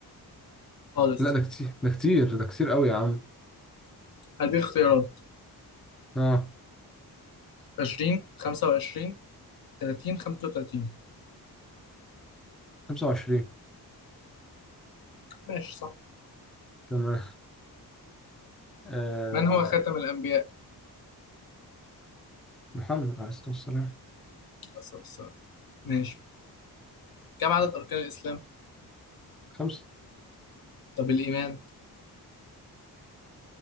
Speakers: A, on the left; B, in the centre.
A: خالص
B: لا ده كتير ده كتير ده كتير أوي يا عم
A: هدي اختيارات
B: آه
A: 20 25 30 35
B: 25
A: ماشي صح
B: تمام آه،
A: من هو خاتم الأنبياء؟
B: محمد عليه الصلاة والسلام
A: بس بس. ماشي كم عدد أركان الإسلام؟
B: خمسة
A: طب الإيمان؟